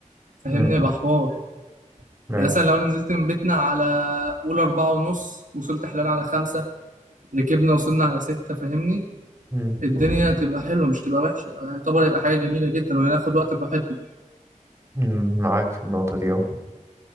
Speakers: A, on the right; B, on the right.
A: فاهمني
B: امم
A: يبقى حوار
B: ايوه
A: يعني مثلا لو أنا نزلت من بيتنا على قول أربعة ونص وصلت حلال على خمسة ركبنا وصلنا على ستة فاهمني
B: امم
A: الدنيا تبقى حلوة مش تبقى وحشة يعني يعتبر هيبقى حاجة جميلة جدا وهناخد وقت براحتنا
B: أمم، معاك في النقطة دي اهو